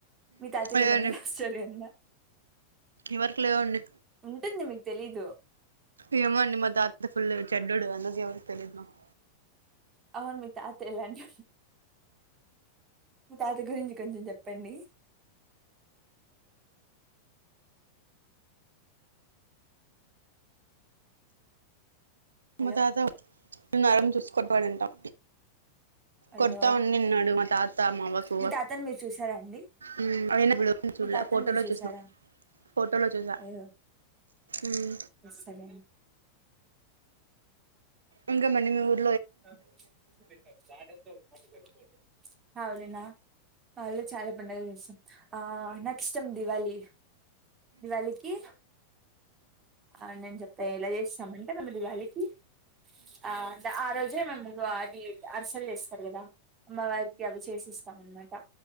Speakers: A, on the right (about 25°); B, on the right (about 75°).
A: మీ తాతకెమన్న
B: లేదండి
A: లవ్ స్టోరి ఉందా
B: ఎవరికి లేవండి
A: ఉంటుంది మీకు తెలీదు
B: ఏమో అండి మా తాత ఫుళ్ళు చెడ్డోడు అందుకే ఎవ్వరికి తెలీదు మాకు
A: అవును మీ తాత ఎలాంటి వాడు మీ తాత గురించి కొంచెం చెప్పండి హలో
B: మా తాత నరం చూసుక పడుంటం
A: అయ్యో
B: కొడతా ఉండిన్నాడు మా తాత్ త మావ్వకు
A: మీ తాతని మీరు చూసారా అండి
B: ఉమ్ ఆయన్నెపుడు చూడ్లే
A: మీ తాతని
B: ఫోటోలో
A: మీరు చూసారా
B: చూసిన ఫోటోలో చూసా
A: అయ్యో
B: ఉమ్
A: సరే అండి
B: ఇంగేమండి మీ ఊర్
A: <unintelligible> జాగ్రత్తగా పట్టుకొర్రి పోతద్ మా ఊళ్ళెనా మా ఊరిలో చాలా పండగలు చేస్తాం ఆ నాకు ఇష్టం దీవాళి దివాళికి ఆ నేన్ చెప్తా ఎలా చేస్తామంటే మేము దివాళికి ఆ ఆ రోజే మేము అది అర్సలు చేస్తారు కదా అమ్మవారికి అవి చేసిస్తాం అన్నమాట